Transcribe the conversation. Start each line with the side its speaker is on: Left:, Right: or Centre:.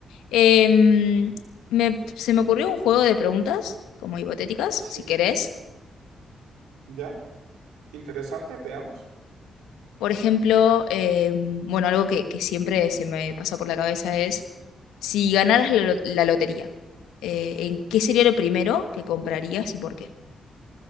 Left: Em, me- se me ocurrió un juego de preguntas, como hipotéticas,
Right: Sí,
Left: si querés.
Right: ya. Interesante, veamos.
Left: Por ejemplo, em, bueno, algo que, que siempre se me pasa por la cabeza es, si ganaras la, lo- la lotería, eh, ¿en qué sería lo primero que comprarías y por qué?